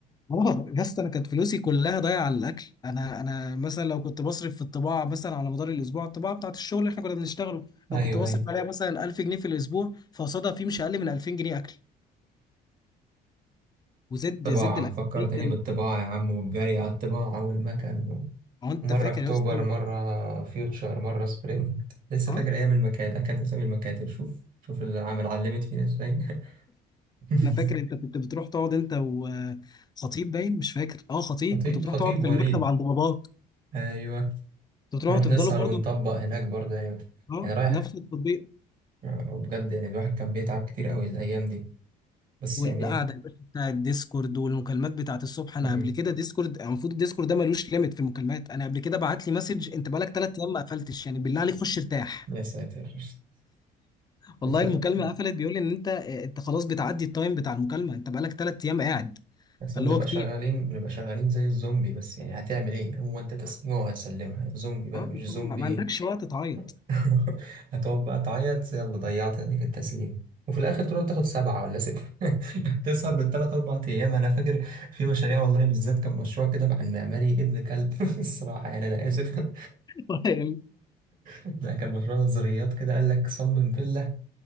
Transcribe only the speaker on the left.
اه يا اسطى انا كانت فلوسي كلها ضايعه على الاكل انا انا مثلا لو كنت بصرف في الطباعه مثلا على مدار الاسبوع الطباعه بتاعت الشغل اللي احنا كنا بنشتغله
لو كنت بصرف
عليها مثلا 1000 جنيه في الاسبوع فقصادها في مش اقل من 2000 جنيه اكل وزد
زد الاكل
فيه كان
هو انت
فاكر
يا اسطى
اه
انا فاكر انت كنت بتروح تقعد انت وخطيب باين مش فاكر اه خطيب
كنت بتروح
تقعد في
المكتب عند باباك
كنت بتروحوا
تفضلوا
برضه
اه
نفس التطبيق
والقعده
يا باشا بتاع الديسكورد والمكالمات بتاعت الصبح انا
قبل كده ديسكورد المفروض الديسكورد ده ملوش ليميت في المكالمات انا قبل كده بعت لي مسج انت بقالك ثلاث ايام ما قفلتش يعني بالله عليك خش ارتاح
والله
المكالمه قفلت بيقول لي ان انت آه، انت خلاص بتعدي التايم بتاع المكالمه انت بقالك ثلاث ايام قاعد
فاللي
هو كتير
ها
أنت
ما ما عندكش وقت تعيط
<laughs> فاهم؟